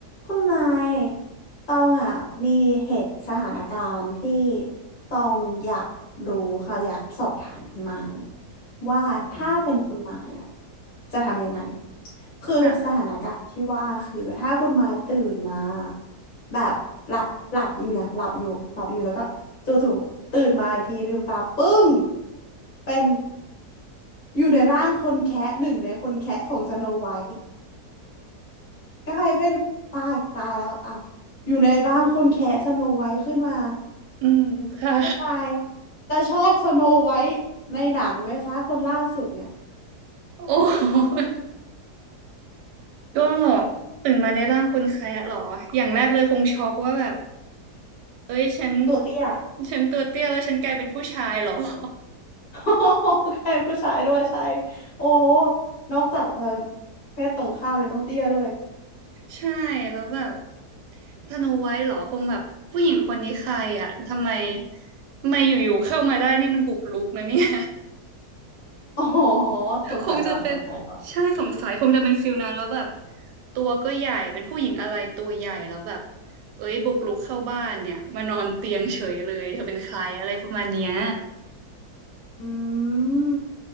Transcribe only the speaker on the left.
คุณไม้ตองอ่ะมีเหตุสถานการณ์ที่ตองอยากรู้ค่ะอยากสอบถามคุณไม้ว่าถ้าเป็นคุณไม้อ่ะ
จะทำยังไงคือสถานการณ์ที่ว่าคือถ้าคุณไม้ตื่นมา
แบบหลับหลับอยู่นะหลับอยู่หลับอยู่แล้วก็จู่ๆตื่นมาอีกทีลืมตาปึ้งเป็นอยู่ในร่างคนแคะหนึ่งในคนแคะของสโนไวท์ กลายเป็นตายตายแล้วอ้าวอยู่ในร่างคนแคะสโนไวท์ขึ้นมา
คุณไมค์จะชอบสโนไวท์ในหนังไหมคะคนล่าสุดเนี่ย
ตัวเตี้ย
<laughs> โอ้โหใครผู้ชายด้วยใช่โอ้โหนอกจากจะเพศตรงข้ามเลยต้องเตี้ยด้วย
<laughs> โอ๋อสงสัยก่อนสงสัยก่อน
อืม